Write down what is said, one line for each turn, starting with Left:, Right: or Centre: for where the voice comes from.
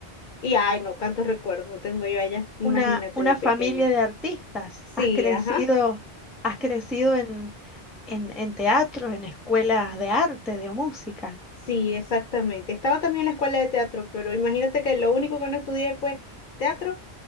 Left: Y ay, no, tantos recuerdos tengo yo allá, imagínate
Centre: Una, una
Left: de pequeña.
Centre: familia de artistas.
Left: Sí,
Centre: Has crecido,
Left: ajá.
Centre: has crecido en, en, en teatros, en escuelas de arte, de música.
Left: Sí, exactamente. Estaba también en la escuela de teatro, pero imagínate que lo único que no estudié fue teatro